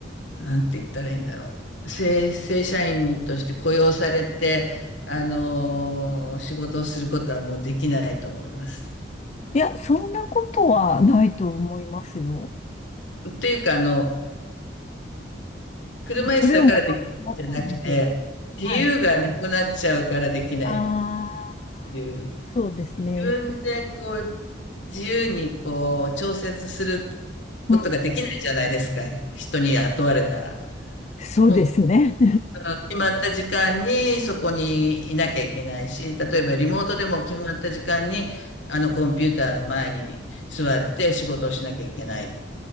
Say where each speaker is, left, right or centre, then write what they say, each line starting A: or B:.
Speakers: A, on the left; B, on the left.
A: なんて言ったらいいんだろう。正、正社員として雇用されて、あの、仕事をすることはもうできないと思います。
B: いや、そんなことはないと思いますよ。
A: っていうか、あの、車椅子だからできないんじゃなくて、
B: あそれを求め、求めてない。
A: 自由がなくなっちゃうからできないっ
B: はい。ああ、
A: ていう、
B: そうですね。
A: 自分でこう、自由にこう、調節することができないじゃないですか、
B: うん、
A: 人に雇われたら。
B: そうですね。
A: もう、あの決まった時間にそこにいなきゃいけないし、例えばリモートでも決まった時間に、あのコンピューターの前に座って仕事をしなきゃいけない。